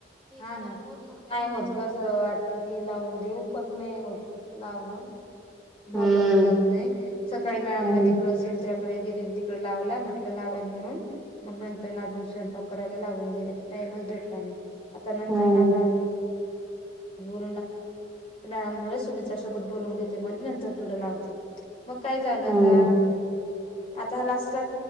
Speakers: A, on the left (about 30°); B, in the centre.
A: हा ना नाही होत गस वाटत की लावून देऊ पण नाही होत लावणं
B: हम्म
A: बोलल पण जात नाही सकाळी मॅळा
B: हम्म
A: मला तिकड असे मित्र तडे गे तिकडे लाव म्हट लावाल म्हणून मग नंतर नाून स्वंक करायला लावून गेले टाइम च भेटला नाही आता नंतर
B: हम्म
A: न आता व मॅडम ब सुमित्रासोबत बोलून घेते म्हण नंतर तुला लावते मग काय झालं
B: हम्म
A: आता आता लास्ट